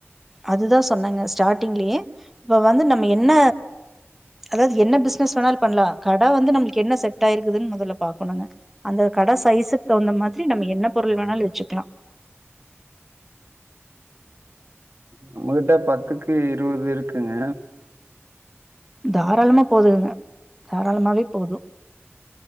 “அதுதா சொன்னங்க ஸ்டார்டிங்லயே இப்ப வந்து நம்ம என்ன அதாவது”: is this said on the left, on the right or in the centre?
Centre